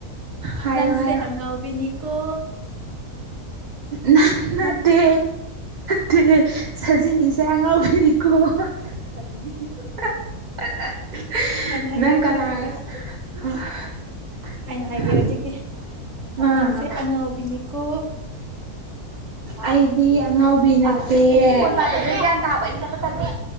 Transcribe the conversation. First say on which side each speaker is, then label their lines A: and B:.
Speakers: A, on the right; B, on the right.
A: ꯍꯥꯏꯌꯣ
B: ꯅꯪꯁꯦ
A: ꯍꯥꯏꯌꯣ
B: ꯑꯉꯥꯎꯕꯤꯅꯤꯀꯣ
A: ꯅꯟ ꯅꯠꯇꯦ
B: ꯅꯪ
A: ꯅꯠꯇꯦ ꯁꯥꯖꯤꯅꯤꯁꯦ ꯑꯉꯥꯎꯕꯤꯅꯤꯀꯣ <unintelligible>
B: ꯑꯩꯅ ꯍꯥꯏꯒꯦꯀꯣ
A: ꯅꯪ ꯀꯅꯥꯒ
B: ꯍꯧꯖꯤꯛꯇꯤ
A: <unintelligible>
B: ꯑꯩꯅ ꯍꯥꯏꯒꯦ ꯍꯧꯖꯤꯛꯇꯤ
A: ꯑꯥ
B: ꯅꯪꯁꯦ ꯑꯉꯥꯎꯕꯤꯅꯤꯀꯣ
A: ꯑꯩꯗꯤ ꯑꯉꯥꯎꯕꯤ ꯅꯠꯇꯦ <unintelligible> ꯒ꯭ꯌꯥꯟ ꯇꯥꯕ ꯑꯩꯗꯤ ꯆꯠꯄ ꯇꯜꯂꯤ